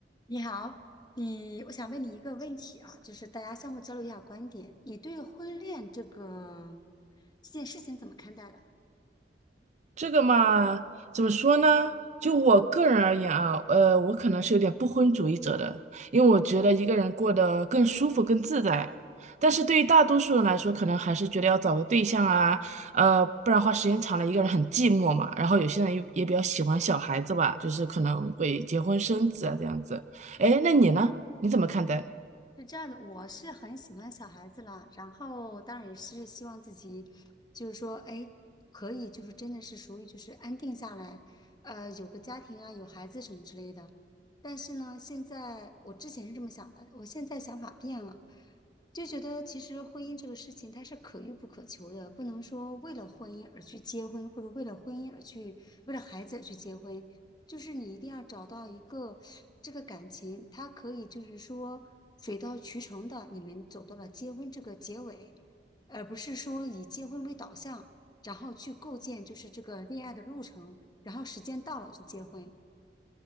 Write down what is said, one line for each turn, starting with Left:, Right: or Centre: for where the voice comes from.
Left: 你好，你我想问你一个问题啊，就是大家相互交流一下观点，你对婚恋这个这件事情怎么看待的？
Right: 这个嘛，怎么说呢？就我个人而言啊，呃，我可能是有点不婚主义者的，因为我觉得一个人过得更舒服、更自在。但是对于大多数人来说，可能还是觉得要找个对象啊，呃，不然话时间长了一个人很寂寞嘛。然后有些人也也比较喜欢小孩子吧，就是可能会结婚生子啊这样子。哎，那你呢？你怎么看待？
Left: 是这样的，我是很喜欢小孩子啦，然后当然也是希望自己，就是说，哎，可以，就是真的是属于就是安定下来，呃，有个家庭啊，有孩子什么之类的。但是呢，现在我之前是这么想的，我现在想法变了，就觉得其实婚姻这个事情它是可遇不可求的，不能说为了婚姻而去结婚，或者为了婚姻而去，为了孩子而去结婚，就是你一定要找到一个这个感情，它可以就是说水到渠成的，你们走到了结婚这个结尾，而不是说以结婚为导向，然后去构建就是这个恋爱的路程，然后时间到了就结婚。